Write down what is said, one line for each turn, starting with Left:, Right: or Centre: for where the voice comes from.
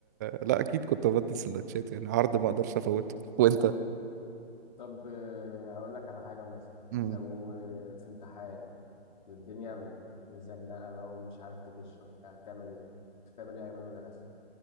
Right: لا اكيد كنت ببدل سندوتشات يعني عرض ما اقدرش افوته وانت
Left: طب آه، هقول لك على حاجه مثلا
Right: مم.
Left: لو آه، في امتحان والدنيا م- مزنقة بقى ومش عارف تغش وبتاع تعمل ايه؟ كنت بتعمل ايه أيام المدرسة؟